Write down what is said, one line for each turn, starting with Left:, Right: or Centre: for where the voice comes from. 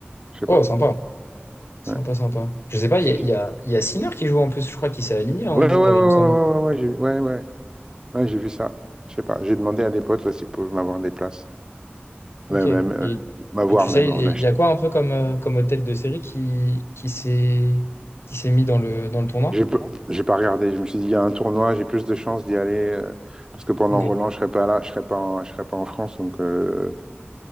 Right: Je sais
Left: Oh,
Right: pas.
Left: sympa. Sympa,
Right: Ouais,
Left: sympa. Je sais pas,
Right: Si
Left: il y a,
Right: j'ai-
Left: il y a, il y a Sinner qui joue en plus, je crois qu'il s'est aligné à
Right: ouais,
Left: Hambourg,
Right: ouais, ouais, ouais,
Left: euh, il me semble.
Right: ouais, ouais, ouais, ouais, j'ai ouais, ouais. Ouais, j'ai vu ça. Je sais pas. J'ai demandé à des potes là s'ils peuvent m'avoir des places.
Left: Ok.
Right: Même,
Left: Et,
Right: même, euh, m'avoir
Left: et tu
Right: même
Left: sais, il
Right: en achetant.
Left: y a quoi un peu comme, euh, comme tête de série qui, qui s'est qui s'est mis dans le, dans le tournoi?
Right: J'ai pas, j'ai pas regardé. Je me suis dit, il y a un tournoi, j'ai plus de chances d'y aller. euh, parce que pendant
Left: Ok.
Right: Roland, je serais pas là, je serais pas en, je serais pas en France. Donc euh,